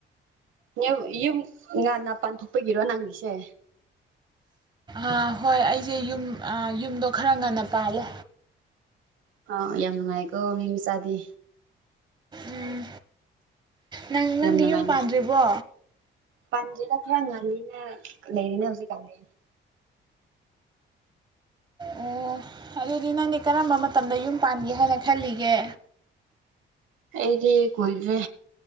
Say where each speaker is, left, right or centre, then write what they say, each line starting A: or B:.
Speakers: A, on the right; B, on the right.
A: ꯌꯨꯝ ꯌꯨꯝ ꯉꯥꯟꯅ ꯄꯥꯟꯊꯣꯛꯄꯒꯤꯔꯣ ꯅꯪꯒꯤꯁꯦ
B: ꯑ ꯍꯣꯏ ꯑꯩꯁꯦ ꯌꯨꯝ ꯑꯥ ꯌꯨꯝꯗꯣ ꯈꯔ ꯉꯟꯅ ꯄꯥꯜꯂꯦ
A: ꯑꯥ ꯌꯥꯝ ꯅꯨꯡꯉꯥꯏꯀꯣ ꯃꯤꯃꯆꯥꯗꯤ
B: ꯎꯝ ꯅꯪ
A: ꯌꯥꯝ
B: ꯅꯪꯗꯤ
A: ꯅꯨꯡꯉꯥꯏꯅ
B: ꯌꯨꯝ ꯄꯥꯟꯗ꯭ꯔꯤꯕꯣ
A: ꯄꯥꯟꯗ꯭ꯔꯤꯗ ꯈꯔ ꯉꯜꯂꯤꯅ ꯂꯩꯔꯤꯅꯦ ꯍꯧꯖꯤꯛꯀꯥꯟꯗꯤ
B: ꯑꯣ ꯑꯗꯨꯗꯤ ꯅꯪꯗꯤ ꯀꯔꯝꯕ ꯃꯇꯝꯗ ꯌꯨꯝ ꯄꯥꯟꯒꯦ ꯍꯥꯏꯅ ꯈꯜꯂꯤꯒꯦ
A: <inaudible> ꯑꯩꯗꯤ ꯀꯨꯏꯗ꯭ꯔꯦ